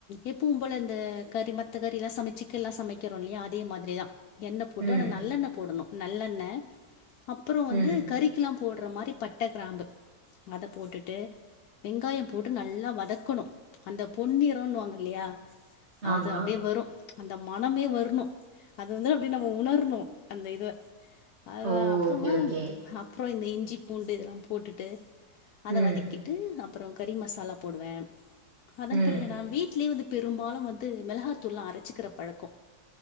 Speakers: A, on the left (about 80°); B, on the right (about 45°).
A: எப்பவு போல இந்த கறி மத்த கறி எல்லா சமைச்சு சிக்கன் எல்லா சமைக்கிறோ இல்லையா அதே மாதிரிதா எண்ணெய் போட்டு
B: ம்
A: ஆனா நல்லெண்ண போடணு நல்லெண்ண அப்பறோ வந்து
B: ம்
A: கறிக்கெலா போடுற மாரி பட்ட கிராம்பு அத போட்டுட்டு வெங்காயோ போட்டு நல்லா வதக்கணு அந்த பொன்னிறன்னுவாங்க இல்லையா அது
B: ஆமா
A: அப்டியே வரு அந்த மனமே வரணு அது வந்து அப்டியே நம்ம உணரணு அந்த இது அது
B: ஓ
A: அப்பறமா
B: ஓகே ஓகே
A: ஹப் அப்பறோ இந்த இஞ்சி பூண்டு இதெல்லா போட்டுட்டு அத
B: ம்
A: வதக்கிட் டு அப்பறோ கறி மசாலா போடுவே அதன்
B: ம்
A: பிறகு நா வீட்லயே வந்து பெரும்பாலு வந்து மிளகாத்தூள்லா அரைச்சிக்கிற பழக்கோ